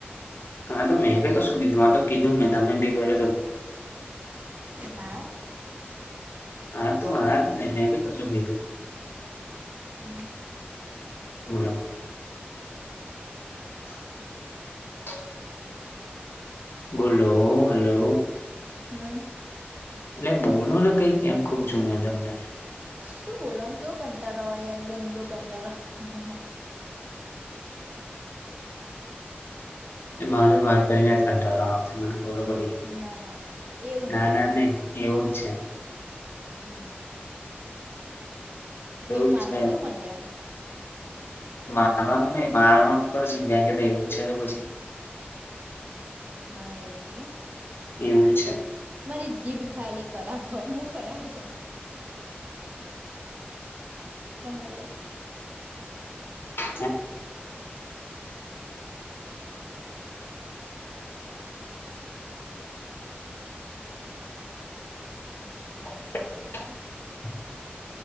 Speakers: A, on the left; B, on the right.
A: હા તો મેગ કશું બીધું આ તો કીધું મેં તમે બી કર
B: હા
A: આ તો હાર ન હ કે કશું બેઠું
B: હમ
A: બોલો <unintelligible> બોલો હલો
B: હમ
A: એટલે બોલો ને કઈક એમ કું છું મેં તમને
B: શું બોલો કેવો કંટાળા હોય યાર ગંદુ કંટાળા મ
A: માજ વાત કરીને જ કરતા મને ખબર પડી
B: ના ના ના એવું
A: ના
B: નહી
A: ના નઈ એવું જ છે
B: હમ એવું
A: જ
B: માનુંવ
A: છે
B: એવું મન લેવાનું
A: આ ન મા ગેંગ ત ઉ છે તો પછી
B: ના એવું નઈ હો
A: એવું જ
B: મારી જીભ ખાલી ખરાબ હ હું ખરાબ નહીં ભાલ
A: છે ટટ